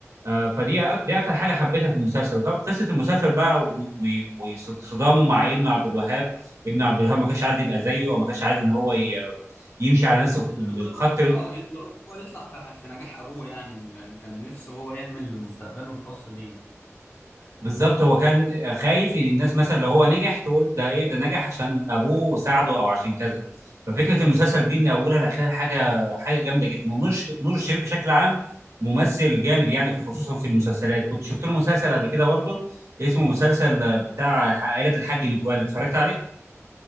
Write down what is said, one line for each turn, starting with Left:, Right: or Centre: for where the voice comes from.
Right: آه فدي أ- دي اكتر حاجه حبيتها في المسلسل وطبعا قصه المسلسل بقى وصدامه مع ابنه عبد الوهاب ابن عبد الوهاب ما كانش عايز يبقى زيه او ما كانش عايز ان هو ي- يمشي على نفس الخ-
Left: اللي هو
Right: الخط
Left: اه يط- اللي هو يطلع في ح- في نجاح ابوه يعني إن كان نفسه هو يعمل مستقبله الخاص بيه
Right: بالظبط هو كان خايف ان الناس مثلا لو هو نجح تقول ده ايه ده نجح عشان ابوه ساعده او عشان كذا ففكره المسلسل دي من اولها لاخرها حاجه حاجه جامده جدا ونور الش- نور الشريف بشكل عام ممثل جامد يعني خصوصا في المسلسلات كنت شفت له مسلسل قبل كده برضه اسمه مسلسل بتاع عائله الحاج متولي اتفرجت عليه